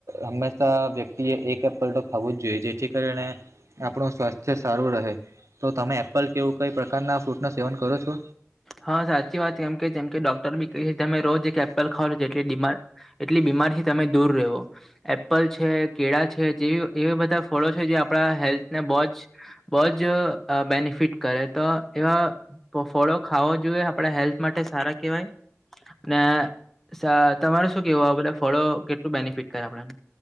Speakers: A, on the right; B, in the centre.
A: હંમેશા વ્યક્તિએ એક એપલ તો ખાવો જ જોઈએ જેથી કરીને આપણું સ્વાસ્થ્ય સારું રહે તો તમે એપલ કેવું કઈ પ્રકારના ફ્રૂટનું સેવન કરો છો.
B: હા સાચી વાત કેમ કે જેમ કે ડોક્ટર બી ક તમે રોજ એક એપલ ખાવ જેટલી બીમાર એટલી બીમારીથી તમે દૂર રેવો. એપલ છે કેળા છે જેવી એવી બધા ફળો છે જે આપણા હેલ્થને બોજ. બોજ અ બેનિફિટ કરે તો એવા ફોળો ખાવા જોઈએ આપણા હેલ્થ માટે સારા કેવાય. ને સ તમારે શું કેવું આવુ બઘા ફળો કેટલું બેનિફિટ કરે આપને.